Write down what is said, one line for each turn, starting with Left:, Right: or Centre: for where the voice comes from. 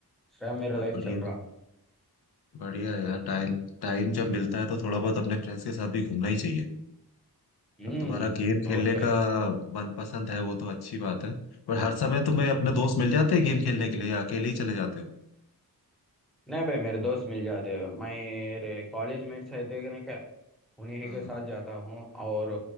Centre: सब मेरा
Left: अब
Centre: लाइफ
Left: बढ़िया
Centre: चल
Left: है
Centre: रहा
Left: बढ़िया है यार टाइम टाइम जब मिलता है तो थोड़ा बहुत अपने फ्रेंड्स के साथ भी घूमना ही चाहिए
Centre: हम्म
Left: अब तुम्हारा गेम
Centre: बहुत
Left: खेलने
Centre: भाई
Left: का मन पसंद है वो तो अच्छी बात है पर हर समय तुम्हें अपने दोस्त मिल जाते हैं गेम खेलने के लिए या अकेले ही चले जाते हो
Centre: नहीं भाई मेरे दोस्त मिल जाते हैं मेरे कॉलेज मेट्स रहते हैं ना क्या उन्हीं
Left: हाँ
Centre: ही के
Left: हाँ
Centre: साथ जाता हूँ और